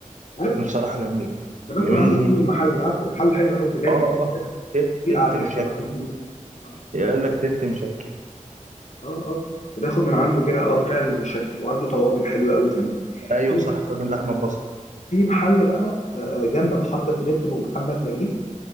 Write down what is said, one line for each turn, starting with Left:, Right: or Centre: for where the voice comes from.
Left: عارف
Right: بصراحه جميل
Left: انا
Right: جميل
Left: باكل عنده كتير المحل ده عارفه محل حلو قوي دايما
Right: اه اه ت-
Left: في
Right: تلت
Left: قعدات
Right: مشكل
Left: في المكان جميل اه
Right: يقول لك تلت مشكل
Left: اه آه. بتاخد من عنده كده اه فعلا مشكل وعنده طواجن حلوه قوي كمان
Right: ايوه
Left: في
Right: صح طاجن لحمه ببصل
Left: في محل بقى آه، جنب محطه مترو محمد نجيب